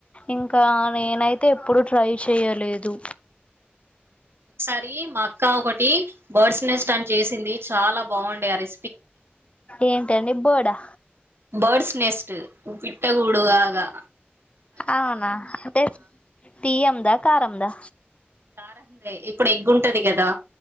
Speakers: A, on the left; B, on the right.
A: ఇంకా నేనైతే ఎప్పుడు ట్రై చేయలేదు
B: ఒకసారి మా అక్క ఒకటి బర్డ్స్ నెస్ట్ అని చేసింది చాలా బాగుండే అరి
A: ఏంట అండి బర్డ్ ఆ
B: బర్డ్స్ నెస్ట్ ఊ పిట్ట గూడు ఆగా
A: అవునా అంటే తీదా కారందా
B: కారం దే ఇప్పుడు ఎగ్ ఉంటది కదా